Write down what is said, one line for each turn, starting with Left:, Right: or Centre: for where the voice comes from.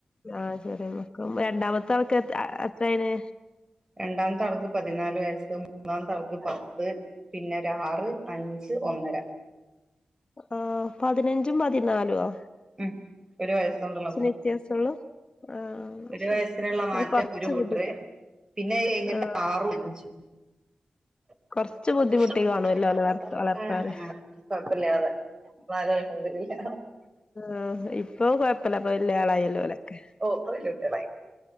Left: ആഹ് ചെറിയ മക്കളും രണ്ടാമത്തെ അവക്ക് എത്ര ആയേന്
Right: രണ്ടാമത്തെ ആൾക്ക് പതിനാല് വയസ്സ് മൂന്നാമത്താൾക്ക് പത്ത് പിന്നെ ഒരു ആറ് അഞ്ച് ഒന്നര
Left: ആഹ് പതിനഞ്ചും പതിനാലും ആഹ്
Right: ഉം ഒരു വയസ്സ കൊണ്ടുള്ള
Left: വ്യത്യാസൊള്ളൂ ആഹ്
Right: ഒരു
Left: ശരി
Right: വയസിനുള്ള മാറ്റം
Left: അത് കൊറച്ച്
Right: ഒരു കൂട്ടര്
Left: ബുദ്ധി
Right: പിന്നെ കഴിഞ്ഞിട്ട്
Left: ആഹ്
Right: ആറും അഞ്ചും ഉം
Left: കൊറച്ച് ബുദ്ധിമുട്ടി കാണുവല്ലോ
Right: ഉം
Left: ഓലെ വളർ വളർത്താന്
Right: കുഴപ്പില്ലാതെ എന്നാലും അൽഹംദുലില്ലാഹ്
Left: ആഹ് ഇപ്പൊ കൊഴപ്പില്ല വലിയാളായില്ലോലൊക്കെ
Right: ഓ ഇപ്പൊ വല്യ കുട്ടികളായി